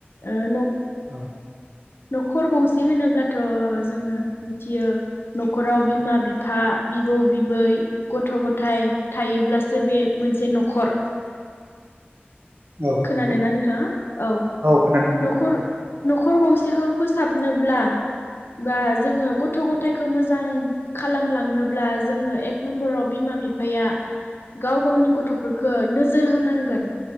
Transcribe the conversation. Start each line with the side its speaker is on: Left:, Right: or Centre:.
Left: ओ न' ओ
Right: औ
Left: न'खर गंसे होनोब्लाथ' जोङो मिथियो न'खराव बिमा बिफा बि बिबौ बिबै गथ' गथाय थायोब्लास सो बे मोनसे न'खर
Right: औ
Left: खोनादोंना
Right: नंगौ
Left: नोंथाङा औ
Right: खोनादों नोंथां
Left: न'खर
Right: खोनादों
Left: न' खर गंसेखौ फोसाबनोब्ला बा जोङो गथ' गथायखौ मोजां खालामलांनोब्ला जोङो एक नम्बराव बिमा बिफाया गाव गावनि गथ'फोरखौ नोजोर होनांगोन